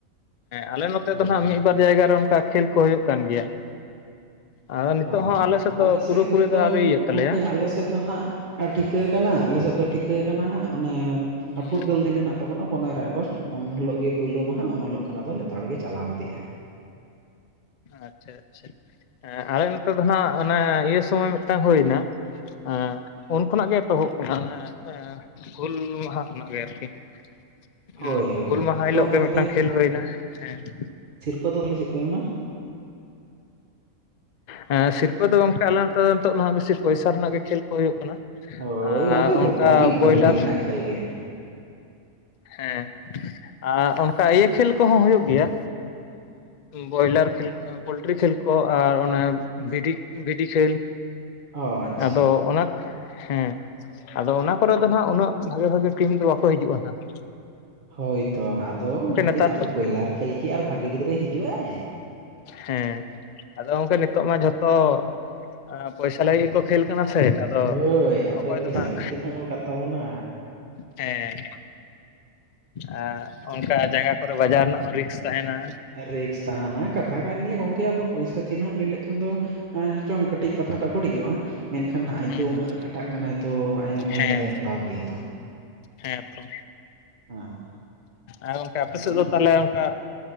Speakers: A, on the left; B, on the right.
A: ᱟᱞᱮ ᱱᱚᱛᱮ
B: ᱦᱳᱭ
A: ᱫᱚ ᱱᱟᱦᱟᱜ ᱢᱤᱫ ᱵᱟᱨ ᱡᱟᱭᱜᱟ ᱨᱮ ᱚᱱᱠᱟ ᱠᱷᱮᱞ ᱠᱚ ᱦᱩᱭᱩᱜ ᱠᱟᱱ ᱜᱮᱭᱟ᱾ ᱟᱫᱚ ᱱᱤᱛᱚᱜ
B: ᱚ,
A: ᱦᱚᱸ ᱫᱚ
B: ᱟᱞᱮ
A: ᱯᱩᱨᱟᱹᱯᱩᱨᱤ
B: ᱥᱮᱫ ᱜᱚᱝᱠᱮ ᱫᱚ
A: ᱟᱹᱣᱨᱤ ᱤᱭᱟᱹᱜ ᱛᱟᱞᱮᱭᱟ
B: ᱜᱚᱝᱠᱮ ᱟᱞᱮ ᱥᱮᱫ ᱫᱚ ᱦᱟᱸᱜ ᱟᱨ ᱴᱷᱤᱠᱟᱹ ᱟᱠᱟᱱᱟ ᱟᱞᱮᱥᱮᱫ ᱫᱚ ᱴᱷᱤᱠᱟᱹ ᱟᱠᱟᱱᱟ ᱦᱟᱸᱜ ᱚᱱᱮ
A: ᱦᱮᱸ
B: ᱯᱷᱩᱨᱜᱟᱹᱞ
A: ᱦᱮᱸ
B: ᱫᱤᱱ ᱦᱮᱱᱟᱜ ᱛᱟᱵᱚᱱᱟ ᱯᱚᱱᱮᱨᱚ ᱟ ᱜᱚᱥᱴ ᱩᱱ ᱦᱤᱞᱳᱜ ᱜᱮ ᱯᱩᱭᱞᱳ ᱢᱟᱦᱟ, ᱩᱱ ᱦᱤᱞᱳᱜ ᱠᱷᱚᱱ ᱟᱫᱚ ᱞᱮᱛᱟᱲ ᱜᱮ ᱪᱟᱞᱟᱣ ᱤᱫᱤᱜᱼᱟ ᱾
A: ᱟᱪᱪᱷᱟ ᱟᱪᱪᱷᱟ, ᱟᱞᱮ ᱱᱮᱛᱮ ᱫᱚ ᱱᱟᱦᱟᱜ ᱚᱱᱮ ᱤᱭᱟᱹ ᱥᱚᱢᱚᱭ ᱢᱤᱫᱴᱟᱝ ᱦᱳᱭᱮᱱᱟ, ᱦᱮᱸ, ᱩᱱ ᱠᱷᱱᱟᱜ ᱜᱮ ᱮᱛᱚᱦᱚᱵ ᱠᱟᱱᱟ ᱚᱱᱮ ᱦᱩᱞ ᱢᱟᱦᱟ ᱠᱷᱚᱱᱟᱜ ᱜᱮ ᱟᱨᱠᱤ ᱾ ᱦᱩᱸ
B: ᱦᱳᱭ ᱦᱳᱭ
A: ᱦᱩᱞ
B: ᱦᱳᱭ
A: ᱢᱟᱦᱟ ᱦᱤᱞᱳᱜ
B: ᱜᱚᱝᱠᱮ
A: ᱜᱮ ᱢᱤᱫᱴᱟᱝ
B: ᱛᱟᱦᱚᱞᱮ
A: ᱠᱷᱮᱞ ᱦᱩᱭᱮᱱᱟ ᱦᱮᱸ ᱾
B: <unintelligible> ᱪᱮᱫ ᱠᱚ ᱮᱢᱟ?
A: ᱦᱮᱸ ᱥᱤᱨᱯᱟᱹ ᱫᱚ ᱜᱚᱝᱠᱮ ᱟᱞᱮ ᱱᱚᱛᱮ ᱫᱚ ᱱᱤᱛᱚᱜ ᱫᱚ ᱦᱟᱸᱜ ᱵᱮᱥᱤ ᱯᱚᱭᱥᱟ ᱨᱮᱱᱟᱜ ᱜᱮ ᱠᱷᱮᱞ ᱠᱚ ᱦᱩᱭᱩᱜ ᱠᱟᱱᱟ ᱾
B: ᱦᱳᱭ
A: ᱟᱨ
B: ᱜᱚᱝᱠᱮ
A: ᱚᱝᱠᱟ
B: ᱜᱚᱴᱟ ᱜᱮ
A: ᱵᱚᱭᱞᱟᱨ,
B: ᱠᱟᱹᱣᱰᱤ ᱨᱮᱱᱟᱜ ᱠᱷᱮᱞ ᱜᱮ
A: ᱦᱮᱸ, ᱟᱨ ᱚᱱᱠᱟ ᱤᱭᱟᱹ ᱠᱷᱮᱞ ᱠᱚᱦᱚᱸ ᱦᱩᱭᱩᱜ ᱜᱮᱭᱟ, ᱵᱚᱭᱞᱟᱨ ᱠᱷᱮᱞ ᱠᱚ ᱯᱳᱞᱴᱨᱤ ᱠᱷᱮᱞ ᱠᱚ‌ ᱟᱨ ᱚᱱᱮ ᱵᱷᱤᱰᱤ ᱵᱷᱤᱰᱤ ᱠᱷᱮᱞ,
B: ᱚ ᱟᱪᱪᱷᱟ
A: ᱟᱫᱚ ᱚᱱᱟ, ᱦᱮᱸ ᱟᱫᱚ ᱚᱱᱟ ᱠᱚᱨᱮ ᱫᱚ ᱦᱟᱸᱜ ᱩᱱᱟᱹᱜ ᱵᱷᱟᱜᱮ ᱵᱷᱟᱜᱮ ᱴᱤᱢ ᱫᱚ ᱵᱟᱠᱚ ᱦᱤᱡᱩᱜᱼᱟ ᱱᱟᱦᱟᱜ ᱾
B: ᱦᱳᱭᱛᱚ, ᱟᱫᱚ ᱜᱚᱝᱠᱮ
A: ᱱᱮᱛᱟᱨ
B: ᱟᱫᱚ
A: ᱫᱚ
B: ᱵᱚᱭᱞᱟᱨ ᱠᱷᱮᱞ ᱠᱤ ᱟᱨ ᱵᱷᱟᱜᱮ ᱜᱤᱫᱽᱨᱟᱹᱭ ᱦᱤᱡᱩᱜ ᱟᱭ?
A: ᱦᱮᱸ ᱟᱫᱚ ᱜᱚᱝᱠᱮ ᱱᱤᱛᱚᱜ ᱢᱟ ᱡᱷᱚᱛᱚ, ᱟ ᱯᱚᱭᱥᱟ ᱞᱟᱜᱤᱜ ᱜᱮᱠᱚ ᱠᱷᱮᱞ ᱠᱟᱱᱟ ᱥᱮ, ᱟᱫᱚ
B: ᱦᱳᱭ ᱟᱫᱚ
A: ᱚᱠᱚᱭ
B: ᱯᱚᱭᱥᱟ
A: ᱫᱚ ᱱᱟᱜ
B: ᱠᱚ ᱪᱤᱱᱦᱟᱹᱣ ᱟᱠᱟᱫ ᱛᱟᱵᱚᱱᱟ,
A: ᱦᱮᱸ, ᱟᱨ ᱚᱱᱠᱟ ᱡᱟᱸᱜᱟ ᱠᱚᱨᱮ ᱵᱟᱡᱟᱨ ᱨᱮᱱᱟᱜ ᱦᱚᱸ ᱨᱤᱠᱥ ᱛᱟᱸᱦᱮᱱᱟ,
B: ᱨᱤᱠᱥ ᱛᱟᱸᱦᱮᱱᱟ ᱠᱟᱛ ᱠᱟᱛᱷᱟ ᱠᱟᱱ ᱜᱮᱭᱟ ᱜᱚᱝᱠᱮ ᱟᱫᱚ ᱯᱚᱭᱥᱟ ᱪᱤᱱᱦᱟᱹ ᱞᱟᱹᱭ ᱞᱮᱠᱷᱟᱱ ᱫᱚ, ᱮᱸ ᱦᱮᱪᱚᱝ ᱠᱟᱹᱴᱤᱡ ᱠᱟᱛᱷᱟᱴᱟᱜ ᱵᱟᱹᱲᱤᱡᱚᱜᱼᱟ, ᱢᱮᱱᱠᱷᱟᱱ ᱟᱡ
A: ᱦᱩᱸ
B: ᱫᱚ
A: ᱦᱩᱸ
B: ᱩᱱᱟᱹᱜ ᱮᱸ ᱠᱷᱟᱴᱟᱜ ᱠᱟᱱᱟᱭ ᱛᱚ ᱟᱭᱟᱜ ᱢᱟᱹᱭᱱᱟᱹ
A: ᱦᱮᱸ
B: ᱫᱚᱭ ᱦᱟᱛᱟᱣ ᱜᱮᱭᱟ ᱛᱚ᱾
A: ᱦᱮᱸ ᱛᱚ,
B: ᱦᱮᱸ
A: ᱟᱨ ᱜᱚᱢᱠᱮ ᱟᱯᱮ
B: ᱟᱫᱚ
A: ᱥᱮᱫ ᱫᱚ ᱛᱟᱦᱚᱞᱮ ᱚᱱᱠᱟ,